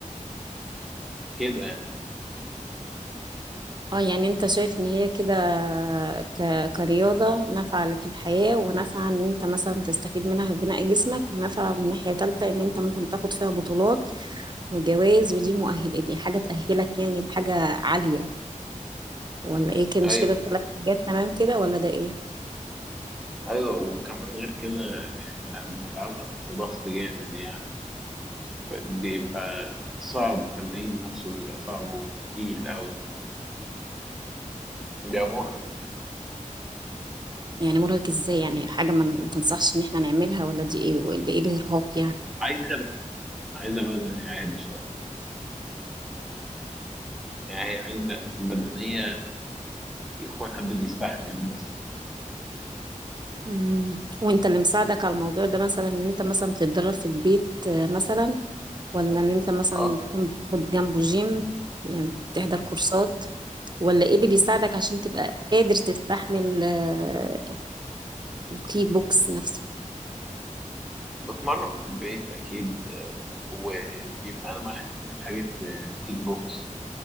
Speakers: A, in the centre; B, on the right (about 35°).
A: كده يعني
B: اه يعني انت شايف ان هي كده ك... كرياضة نافعة في الحياة ونافعة ان انت مثلا تستفيد منها في بناء جسمك ونافعة من ناحية تالتة ان انت ممكن تاخد فيها بطولات وجوائز ودي مؤهل دي حاجة تأهلك يعني لحاجة عالية ولا ايه كده
A: ايوه
B: مش كده التلات حاجات تمام كده ولا ده ايه
A: ايوه وكمان غير كده احنا بنلعبها تحت ضغط جامد يعني بيبقى صعب التمرين نفسه بيبقى صعب وتقيل أوي بيبقى مرهق
B: يعني مرهق ازاي يعني حاجة ما ما تنصحش ان احنا نعملها ولا دي ايه ولا ايه الارهاق يعني
A: عايزة بدني عايزة بدني عالي شوية يعني هي عايزة بدنية يكون حد بيستحمل بس
B: مم. وانت اللي مساعدك على الموضوع ده مثلا ان انت مثلا بتتدرب في البيت آه، مثلا ولا ان انت مثلا
A: اه
B: تكون بتاخد جنبه جيم يعني بتحضر كورسات ولا ايه اللي بيساعدك عشان تبقى قادر تستحمل آه، الكيك بوكس نفسه
A: بتمرن في البيت أكيد آه، وبيبقى أنا معايا أصلا حاجة آه، كيك بوكس